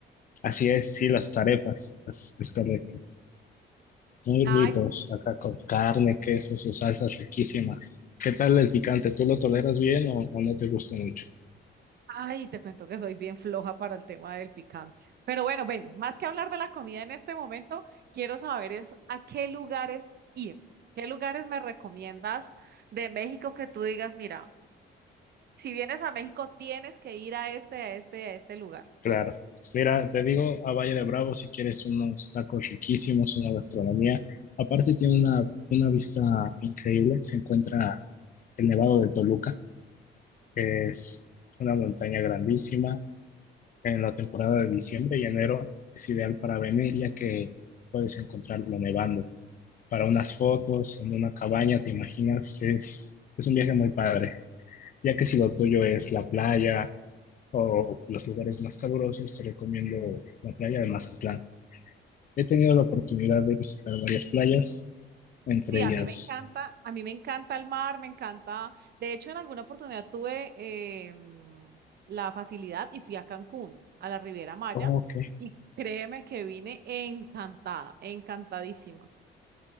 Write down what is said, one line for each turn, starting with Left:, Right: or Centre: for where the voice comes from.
Left: Así es, sí, las arepas. Es, es correcto. Muy
Right: Ay,
Left: ricos, acá con carne, queso, sus salsas riquísimas. ¿Qué tal el picante? ¿Tú lo toleras bien o, o no te gusta mucho?
Right: ay, te cuento que soy bien floja para el tema del picante. Pero bueno, ven, más que hablar de la comida en este momento, quiero saber es a qué lugares ir. ¿Qué lugares me recomiendas de México que tú digas, mira, si vienes a México tienes que ir a este, a este, a este lugar?
Left: Claro. Mira, te digo a Valle de Bravo si quieres unos tacos riquísimos, una gastronomía. Aparte tiene una, una vista increíble. Se encuentra el Nevado de Toluca. Es una montaña grandísima. En la temporada de diciembre y enero es ideal para venir ya que puedes encontrarlo nevando. para unas fotos en una cabaña, ¿te imaginas? Es, es un viaje muy padre, ya que si lo tuyo es la playa o los lugares más calurosos, te recomiendo la playa de Mazatlán. He tenido la oportunidad de visitar varias playas, entre
Right: Sí, a
Left: ellas,
Right: mí me encanta, a mí me encanta el mar, me encanta. De hecho, en alguna oportunidad tuve eh, mm, la facilidad y fui a Cancún, a la Riviera Maya,
Left: oh, ok,
Right: y créeme que vine encantada, encantadísima.